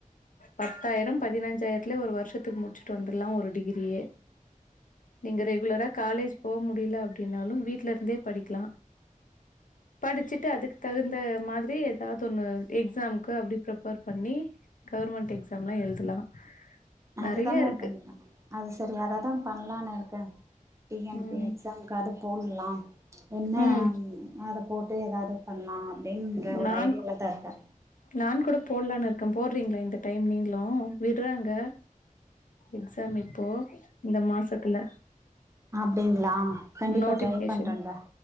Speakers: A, on the left; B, on the right.
A: பத்தாயிர பதினஞ்சாயிரத்துலயே ஒரு வருஷத்துக்கு முடிச்சுட்டு வந்துரலா ஒரு டிகிரியே நீங்க ரெகுலரா காலேஜ் போ முடியல அப்டின்னாலு வீட்ல இருந்தே படிக்லா படிச்சுட்டு அதுக் தகுந்த மாதிரி எதாவது ஒன்னு எக்ஸாம்க்கு அப்டி ப்ரிப்பேர் பண்ணி கவர்மெண்ட் எக்ஸாம்லா எழுதலா
B: அதுதாங்க
A: நெறைய இருக்கு
B: பண்ணற அது சரி அததா பண்ணலான்னு இருக்க டி என்
A: ம்
B: பி எஸ் எனக்கு அது போட்லா என்ன
A: ம்
B: அது அத போட்டு எதாவது பண்லா அப்படிங்குற ஒரு
A: நான்
B: ஐடியாவ்லதா இருக்க
A: நான் கூட போட்லான்னு இருக்கே போட்றீங்களா இந்த டைம் நீங்ளு விடுறாங்க எக்ஸாம் இப்போ இந்த மாசத்துல
B: அப்டிங்ளா கண்டிப்பா
A: நோட்டிபிகேஷன்
B: ட்ரை பண்றங்க